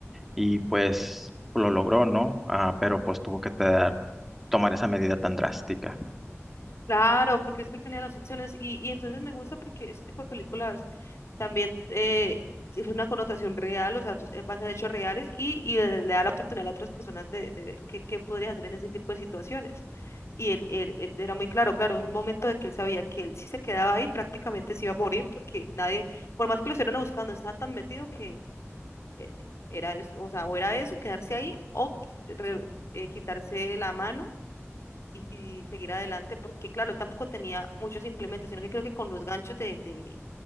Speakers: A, in the centre; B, on the left.
A: y pues lo logró, ¿no? Ah, pero pues tuvo que te- tomar esa medida tan drástica.
B: Claro, porque es que él tenía las opciones y, y entonces me gusta porque este tipo de películas también eh, es una connotación real, o sea, eh, basan en hechos reales y, y le le da la oportunidad a otras personas de, de ver qué, qué podrías hacer en ese tipo de situaciones. Y él, él, él era muy claro, claro, en un momento de que él sabía que él si se quedaba ahí prácticamente se iba a morir porque nadie, por más que lo estuvieran buscando, estaba tan metido que eh, era eso, o sea, o era eso, quedarse ahí o qui- re- eh, quitarse la mano y, y seguir adelante, porque claro, él tampoco tenía muchos implementos, sino que creo que con los ganchos de, de-